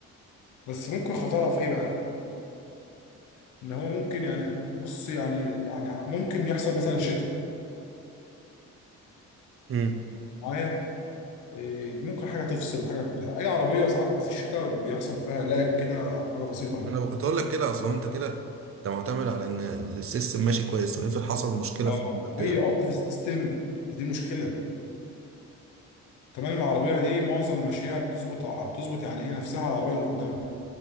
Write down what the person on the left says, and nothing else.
بس ممكن خطرها في ايه بقى ان هو ممكن يعني بص يعني يعني ممكن يحصل مثلا شتاء
معايا إيه، ممكن حاجة تفصل حاجة اي عربية ساعات في الشتاء بيحصل فيها لاج كده حاجة بسيطة يعني
اه
اي عطل في السيستم فدي مشكلة تمام العربية دي معظم مشيها بتظبط ع- بتظبط يعني ايه نفسها على العربية اللي قدامك